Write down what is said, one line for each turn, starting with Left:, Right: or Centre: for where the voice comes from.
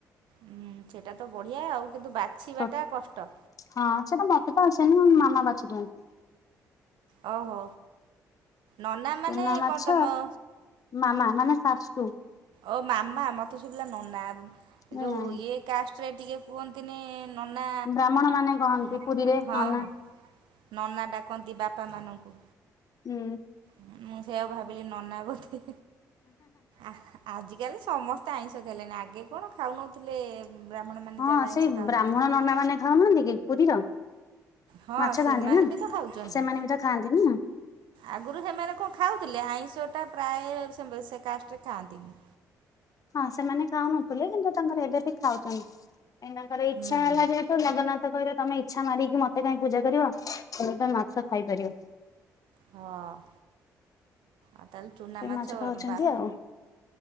Right: ହୁଁ ସେଇଟା ତ ବଢ଼ିଆ ଆଉ କିନ୍ତୁ ବାଛିବାଟା
Left: ଛୋ
Right: କଷ୍ଟ।
Left: ହଁ ସେଟା ମତେ ତ ଆସେନି ମୋ ମାମା ବାଛି ଦିଅନ୍ତି।
Right: ଓହୋ, ନନା ମାନେ
Left: ଚୁନା ମାଛ
Right: କଣ ତମ
Left: ମାମା ମାନେ ଶାଶୁ।
Right: ଓ ମାମା ମୋତେ ଶୁଭିଲା ନନା ବମ୍
Left: ହୁଁ
Right: ଯୋଉ ଇଏ କାଷ୍ଟରେ ଟିକେ କୁହନ୍ତିନି ନାନା
Left: ବ୍ରାହ୍ମଣ ମାନେ କହନ୍ତି
Right: ହ ହଁ,
Left: ପୁରୀରେ ନନା
Right: ହଁ। ନନା ଡାକନ୍ତି ବାପା ମାନଙ୍କୁ।
Left: ଉଁ।
Right: ହୁଁ ମୁଁ ସେଇଆ ଭାବିଲି ନନା ବୋଧେ, ଆଃ ହା ଆଜିକାଲି ସମସ୍ତେ ଆଇଁଷ ଖାଇଲେଣି ଆଗେ କଣ ଖାଉନଥିଲେ ବ୍ରାହ୍ମଣ ମାନେ
Left: ହଁ
Right: ଯାହା ହେଲେ ଆଇଁଷ
Left: ସେଇ
Right: ଖାଉନଥିଲେ।
Left: ବ୍ରାହ୍ମଣ ନନା ମାନେ ଖାଉନାହାନ୍ତି କି ପୁରୀର
Right: ହଁ
Left: ମାଛ
Right: ସେମାନେ
Left: ଖାଆନ୍ତି ନା
Right: ବି ତ ଖାଉଛନ୍ତି।
Left: ସେମାନେ ବି ତ ଖାଆନ୍ତିନି ନା।
Right: ଆଗରୁ ସେମାନେ କଣ ଖାଉଥିଲେ ଆଇଁଷଟା ପ୍ରାୟ <unintelligible> କାଷ୍ଟରେ ଖାଆନ୍ତିନି।
Left: ହଁ ସେମାନେ ଖାଉନଥିଲେ କିନ୍ତୁ ତାଙ୍କର ଏବେ ବି ଖାଉଛନ୍ତି ଏଇନେ ଲତାଙ୍କର ଇଚ୍ଛା
Right: ହୁଁ।
Left: ହେଲା ଯେ <unintelligible> ତ ଜଗନ୍ନାଥ କହିଲେ ତମେ ଇଚ୍ଛା ମାରିକି ମତେ କାଇଁ ପୂଜା କରିବ ତେଣୁ, ତମେ ମାଛ ଖାଇପାରିବ।
Right: ହଁ, ଆ ତାହେଲେ ଚୁନା
Left: ସେ
Right: ମାଛ
Left: ଖାଉଛନ୍ତି
Right: ବା
Left: ଆଉ